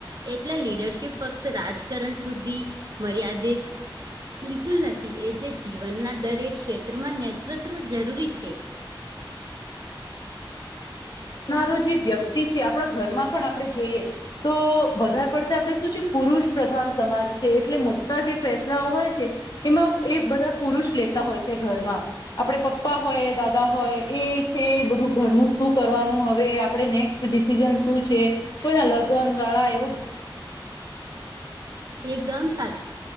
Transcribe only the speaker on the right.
એટલે લીડરશીપ ફક્ત રાજકારણ સુધી મર્યાદિત બિલકુલ નથી એ જે જીવનના દરેક ક્ષેત્રમાં નેતૃત્વ જરૂરી છે
એકદમ સા